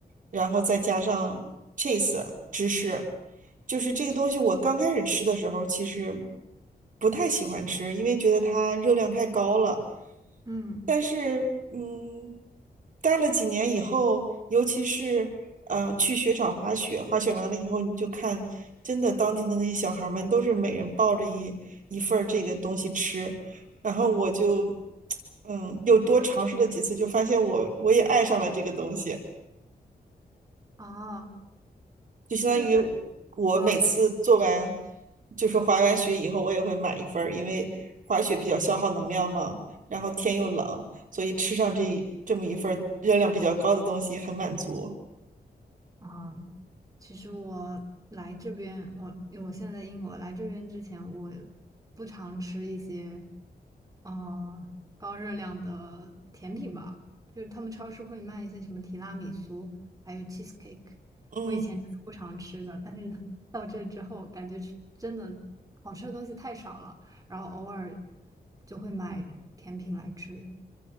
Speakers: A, on the right; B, on the right.
A: 然后再加上
B: 嗯
A: cheese 芝士。就是这个东西，我刚开始吃的时候其实不太喜欢吃，因为觉得它热量太高了。
B: 嗯，
A: 但是，嗯，待了几年以后，尤其是嗯、呃去雪场滑雪，滑雪完了以后，你就看真的当地的那些小孩儿们都是每人抱着一一份儿这个东西吃，然后我就 <tsk> 嗯又多尝试了几次，就发现我我也爱上了这个东西。
B: 哦，
A: 就相当于
B: 就是
A: 我每次做完
B: 呃，
A: 就是滑完雪以后，我也会买一份，儿，因为滑雪比较消耗能量嘛，然后天又冷，所以吃上这这么一份儿热量比较高的东西很满足。
B: 哦，其实我来这边，我因为我现在在英国，来这边之前我不常吃一些，呃，高热量的甜品吧，就是他们超市会卖一些什么提拉米苏，还有 cheesecake，
A: 嗯，
B: 我以前真的不常吃的，但是 <laughs> 到这之后，感觉吃真的好吃的东西太少了，然后偶尔就会买甜品来吃，